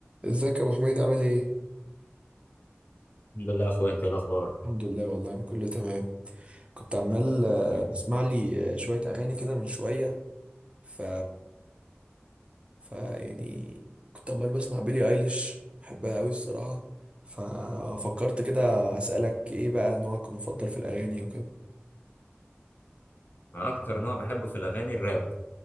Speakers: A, on the right (about 25°); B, on the left (about 50°).
A: ازيك يا ابو حميد عامل ايه
B: الحمد لله يا اخويا انت إيه الاخبار
A: الحمد لله والله انا كله تمام كنت عمال آه،
B: تمام.
A: اسمع لي آه، شويه اغاني كده من شويه ف ف يعني كنت عمال بسمع بيلي ايليش بحبها قوي الصراحه ففكرت كده اسالك ايه بقى نوعك المفضل في الاغاني وكده
B: انا اكتر نوع بحبه في الاغاني الراب